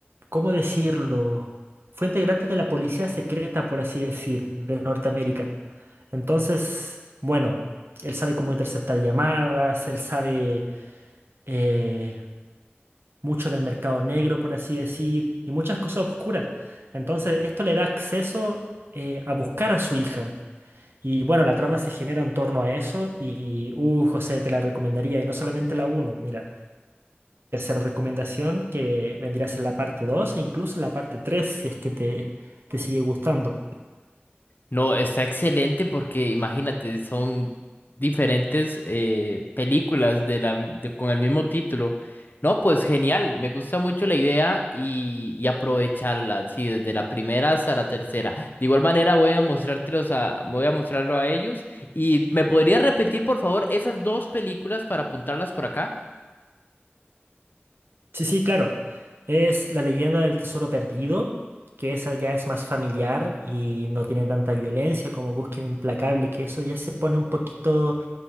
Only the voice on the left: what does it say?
No, está excelente porque imagínate, son diferentes eh, películas de la, de- con el mismo título. No, pues genial, me gusta mucho la idea y, y aprovecharla, sí, desde la primera hasta la tercera. De igual manera voy a mostrártelos a, voy a mostrarlo a ellos. ¿Y me podrías repetir, por favor, esas dos películas para apuntarlas por acá?